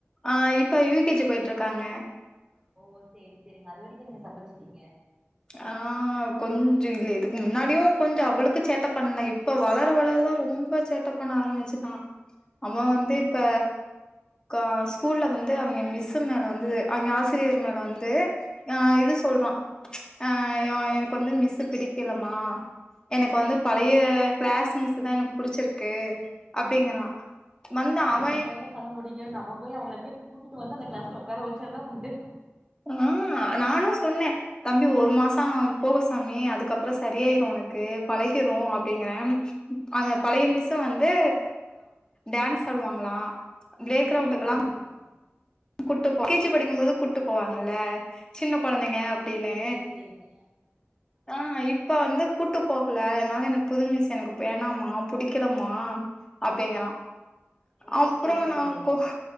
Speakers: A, on the left; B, on the right.
A: ஆ இப்ப யூ கே ஜி போய்ட்ருக்காங்க
B: ஓ சேரி சேரிங்க அது வரைக்கு நீங்க தப்பிச்ட்டீங்க
A: ஆ கொஞ்ச இல்ல இதுக்கு முன்னாடியு கொஞ்ச அவ்வளுக்கு சேட்ட பண்ல இப்ப வளர வளர தா ரொம்ப சேட்ட பண்ண ஆரம்பிச்சுட்டா நம்ம
B: ஆ
A: வந்து
B: ஓ
A: இப்ப
B: சேரி
A: கா ஸ்கூல்ல வந்து அவிங்க மிஸ்ஸு மேல வந்து அவிங்க ஆசிரியர் மேல வந்து ஆ இது சொல்றா ஆ யோ எனக்கு வந்து மிஸ்ஸு பிடிக் கில மா எனக்கு வந்து
B: ஓ
A: பழைய கிளாஸ் மீஸ் தா எனக்கு புடிச்சிருக்கு அப்டிங்குறா வந்தா
B: அதுக்கு
A: அவ
B: நம்ம என்ன பண்ண முடியு நம்ம போய் அவங்கள போய் கூட்டிட்டு வந்து அந்த கிளாஸ்ல உக்கார வச்சாத தா உண்டு
A: ஆ நானு சொன்னே தம்பி ஒரு மாச போ சாமி அதுக்கப்புற சரியாயிரு உனக்கு பழகிரு அப்டிங்குறே அந்த
B: ஆ
A: பழைய மிஸ் வந்து டான்ஸ் ஆடுவாங்களா பிளே கிரவுண்டுக்கெல்லா
B: ஓ சேரி சேரி
A: கூட்டு போ கேஜி படிக்கு போது கூட்டு போவாங்கல்ல சின்ன கொழந்தைங்க டின்னு
B: ஓ சேரி சேரிங்க
A: ஆ இப் இப்ப வந்து கூட்டு போகல என்னால எனக்கு புது மிஸ் எனக்கு வேணாமா புடிக்கலமா அப்டிங்கிறா
B: ஓ
A: அப்புறோ
B: சேரி
A: நா
B: சேரிங்க
A: கோ